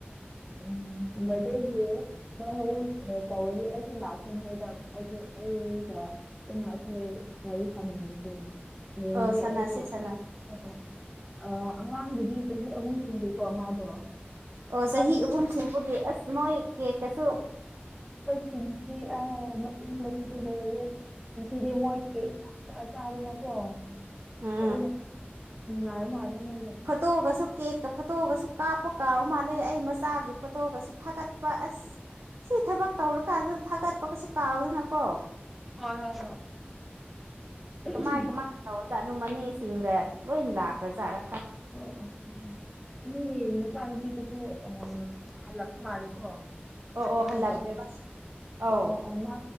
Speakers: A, in the centre; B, on the right.
A: ꯎꯝ ꯗꯦꯒꯤ <unintelligible> ꯑꯩꯁꯨ ꯂꯥꯛꯇꯣꯅꯦ <unintelligible> ꯑꯩꯒ ꯄꯨꯂꯞ ꯄꯨꯟꯅ ꯑꯩꯈꯣꯏ ꯋꯥꯔꯤ ꯁꯥꯃꯤꯟꯅꯁꯦ꯫ ꯌꯦꯡꯗꯦ
B: ꯑꯣ ꯁꯥꯟꯅꯁꯦ
A: ꯑꯩꯁꯨ ꯍꯣꯏ
B: ꯁꯥꯟꯅ
A: ꯍꯣꯏ ꯑ ꯑꯉꯥꯡꯗꯨꯗꯤ ꯆꯍꯤ ꯑꯍꯨꯝ ꯁꯨꯗꯩꯀꯣ ꯃꯥꯗꯣ꯫
B: ꯑꯣ
A: ꯃꯥꯒꯤ
B: ꯆꯍꯤ ꯑꯍꯨꯝ ꯁꯨꯕꯒꯤ ꯑꯁ ꯃꯣꯏ ꯀꯦꯛ ꯀꯁꯨ
A: ꯁꯤꯡꯕꯗꯤ ꯑ ꯅꯣꯛꯅꯤꯡꯕꯁꯤꯗꯤ ꯂꯣꯏꯔꯦꯍꯦ꯫ ꯉꯁꯤꯗꯤ ꯃꯣꯏ ꯀꯦꯛ ꯆꯥ ꯆꯥ ꯆꯥꯗꯅꯀꯣ
B: ꯎꯝ
A: ꯂꯣꯏꯅ ꯅꯨꯡꯉꯥꯏꯕ ꯃꯥꯜꯂꯦ꯫ ꯃꯣꯏꯗꯣ
B: ꯐꯠꯇꯣꯒꯁꯨ ꯀꯦꯛꯀ ꯐꯣꯇꯣꯒꯁꯨ ꯀꯥꯞꯄ ꯀꯥꯎ ꯃꯥꯜꯂꯦ ꯑꯩ ꯃꯆꯥꯒꯤ ꯐꯣꯇꯣꯒꯁꯨ ꯊꯥꯒꯠꯄ ꯑꯁ ꯁꯤ ꯊꯕꯛ ꯇꯧꯔ ꯀꯥꯟꯗꯨꯗ ꯊꯥꯒꯠꯄꯒꯁꯨ ꯀꯥꯎꯗꯅꯀꯣ
A: ꯍꯣꯏ ꯍꯣꯏ ꯍꯣꯏ
B: ꯀꯃꯥꯏ ꯀꯃꯥꯏ <unintelligible> ꯃꯅꯦꯁꯤꯡꯒ ꯂꯣꯏ ꯂꯥꯛꯈ꯭ꯔꯖꯥꯔ
A: ꯑꯣ ꯑꯣ ꯑꯣ ꯑꯣ ꯅꯪꯒꯤ ꯃꯆꯥꯅꯨꯄꯤꯗꯨꯁꯨ ꯑ ꯍꯜꯂꯄ ꯃꯥꯂꯦꯀꯣ
B: ꯑꯣ ꯑꯣ
A: ꯃꯥꯗꯣ
B: ꯍꯜꯂꯛꯈ꯭ꯔꯦꯕ ꯑꯧ
A: ꯑꯣ ꯑꯣ ꯑꯣ ꯃꯥ